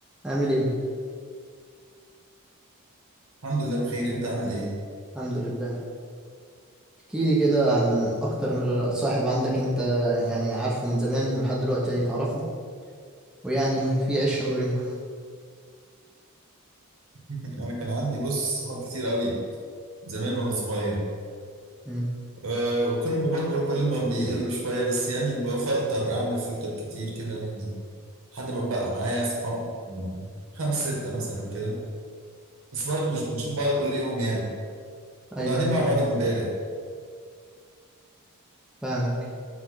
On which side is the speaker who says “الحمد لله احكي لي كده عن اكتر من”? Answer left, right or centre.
Centre